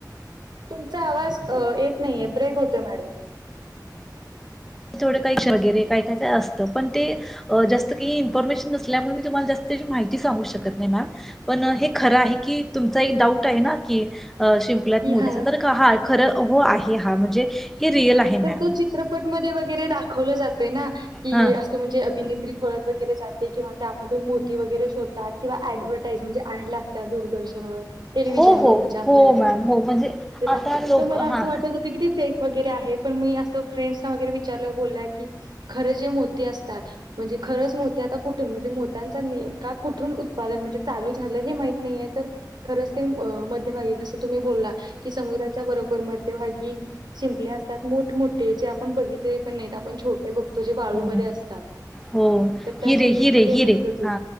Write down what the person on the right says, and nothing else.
तुमचा आवाज येत नाहीे ब्रेक होतोय मॅडम
की
हां.
तर तो चित्रपटमध्ये वगैरे दाखवलं जातय ना की
असो म्हणजे अभिने. पळत वगैरे जे किंवा त्यामधून मोती वगैरे शोतात किंवा ऍडव्हटाइज म्हणजे. याड लागत्या दूरदर्शन व टेलिव्हिजन
वर
म्हणजे आपल्या
याच्यासारखं
दाखव
तर मला
असं वाटत होत की ते फेक वगैरे आहे. पण मी फ्रेंड्स ला विचार बोलल्या के खरं जे मोती असतात खर जे असतात म्हणजे ख आता कुठून म्हणजे मग त्यांचं नेमकं उत्पादन कुठून चालू झालं हे माहित नाही खरंच ते. मध्यभागी की जसं तुम्ही बोललात समुद्राच्या बरोबर मध्यभागी शिंपल्या त्यात मोठ मोठे जे आपण बघितले पण नाहीत आपण छोट जे वाळूमध्ये
असतात.
तर त्या
शिंपल्यामध्ये
नसतं
ते